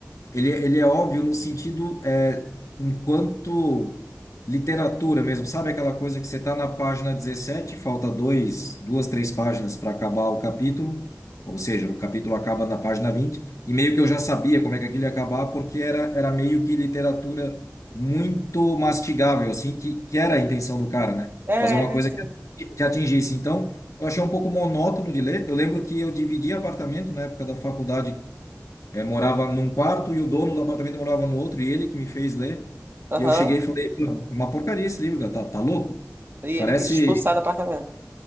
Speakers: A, on the left; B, on the right.
A: Ele, ele é óbvio no sentido, é, enquanto literatura mesmo, sabe aquela coisa que você está na página 17, falta dois, duas, três páginas para acabar o capítulo, ou seja, o capítulo acaba na página 20. e meio que eu já sabia como é que aquilo ia acabar, porque era, era meio que literatura muito mastigável, assim, que, que era a intenção do cara, né?
B: É,
A: Fazer uma coisa
B: é, sim.
A: que, que atingisse. Então, eu achei um pouco monótono de ler. Eu lembro que eu dividi apartamento na época da faculdade é, morava num quarto e o dono do apartamento morava no outro, e ele que me fez ler.
B: Aham.
A: E eu cheguei e falei, "Meu, uma porcaria esse livro, cara, tá, tá louco?
B: E ele
A: Parece.
B: quis expulsar do apartamento.